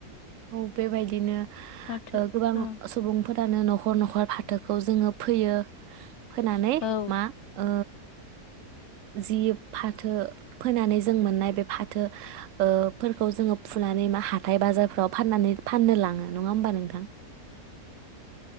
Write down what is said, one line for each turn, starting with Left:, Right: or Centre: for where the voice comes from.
Right: औ बेबायदिनो
Left: फाथो
Right: ओ गोबां
Left: औ
Right: सुबुंफोर जानो न नखर नखर फाथोखौ जोङो फोयो फोनानै
Left: औ
Right: मा ओ जि फाथो फोनानै जों मोननाय बे फाथो ओ फोरखौ जोङो फुनानै मा हाथथाय बाजारफ्राव फाननानै फाननो लाङो नङा होमबा नोंथां